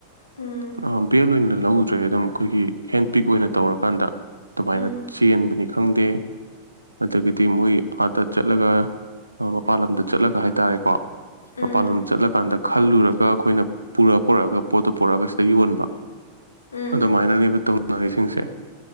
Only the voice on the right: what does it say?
ꯑ ꯆꯕ‌ꯦꯜ ꯑꯣꯏꯅ ꯂꯧꯗ꯭ꯔꯦ ꯑꯗꯨꯝ ꯑꯩꯈꯣꯏꯒꯤ ꯍꯦꯟ ꯄꯤꯛ ꯑꯣꯏꯅ ꯇꯧꯔꯀꯥꯟꯗ ꯑꯗꯨꯃꯥꯏꯅ
ꯆꯦꯟꯕꯅꯤ ꯈꯪꯗꯦ ꯑꯗꯒꯤꯗꯤ ꯃꯣꯏ ꯑꯥꯗ ꯆꯠꯂꯒ ꯃꯄꯥꯟ ꯂꯝꯗ ꯆꯠꯂꯒ ꯍꯥꯏ ꯍꯥꯏꯇꯥꯔꯦꯀꯣ
ꯃꯄꯥꯜꯂ‌ꯣꯝ ꯆꯠꯂꯀꯥꯟꯗ ꯈꯜꯂꯨꯔꯒ ꯑꯩꯈꯣꯏꯅ ꯄꯨꯔꯛꯑ ꯄꯨꯔꯛꯑꯒ ꯄꯣꯠꯇꯣ ꯄꯨꯔꯛꯑꯒ ꯁꯤꯗ ꯌꯣꯟꯕ
ꯑꯗꯨꯃꯥꯏꯅꯅꯤꯕ ꯇꯧ ꯅꯔꯤꯁꯤꯡꯁꯦ